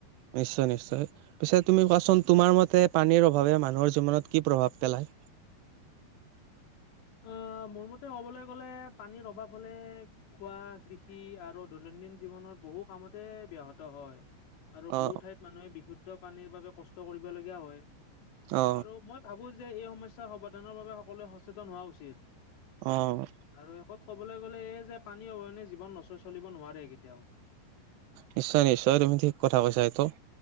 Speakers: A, on the right; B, on the left.
A: নিশ্চয় নিশ্চয় পিছে তুমি কোৱাচোন তোমাৰ মতে পানীৰ অভাৱে মানুহৰ জীৱনত কি প্ৰভাৱ পেলায়-
B: <inaudible> উম- <unintelligible> মোৰ মতে ক'বলৈ গ'লে পানীৰ অভাৱ হলে খোৱা কৃষি আৰু দৈনন্দিন জীৱনৰ- বহু কামতে ব্যাহত হয়- আৰু
A: অ
B: বহু ঠাইত মানুহে বিশুদ্ধ পানীৰ বাবে কষ্ট কৰিবলগীয়া হয়-
A: অ
B: আৰু মই ভাবোঁ যে এই সমস্যাৰ সমাধানৰ বাবে সকলোৱে সচেতন হোৱা উচিত-
A: অ-
B: আৰু শেষত ক'বলৈ গ'লে এই যে পানী অবিহনে জীৱন নচ চলিব নোৱাৰে কেতিয়াও-
A: নিশ্চয় নিশ্চয় তুমি ঠিক কথা কৈছা এইটো-